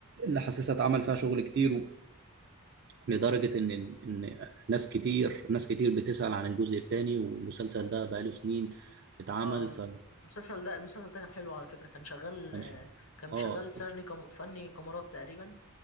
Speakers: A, on the right; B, on the left.
A: اللي حاسسها اتعمل فيها شغل كتير و... لدرجة إن إن ناس كتير ناس كتير بتسأل عن الجزء الثاني والمسلسل ده بقاله سنين اتعمل
B: اه
A: ف
B: المسلسل ده المسلسل ده كان حلو على فكره كان شغال
A: كان ح-
B: كان
A: اه
B: شغال سنة كم... فني كاميرات تقريبا